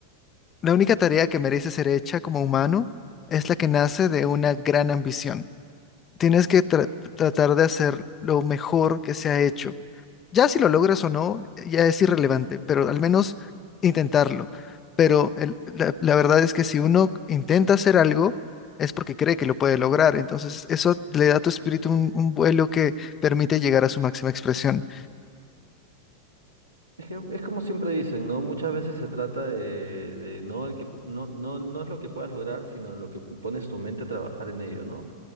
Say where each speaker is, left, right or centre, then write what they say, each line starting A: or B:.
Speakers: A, on the left; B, on the right.
A: la única tarea que merece ser hecha como humano es la que nace de una gran ambición tienes que tra- tratar de hacer lo mejor que se ha hecho. Ya si lo logras o no, ya es irrelevante, pero al menos intentarlo. Pero el- la, la verdad es que si uno intenta hacer algo, es porque cree que lo puede lograr. Entonces eso le da a tu espíritu un, un vuelo que permite llegar a su máxima expresión.
B: Es que es como siempre dicen, ¿no? Muchas veces se trata de, de no el que no, no, no es lo que puedas lograr, sino lo que pones tu mente a trabajar en ello, ¿no?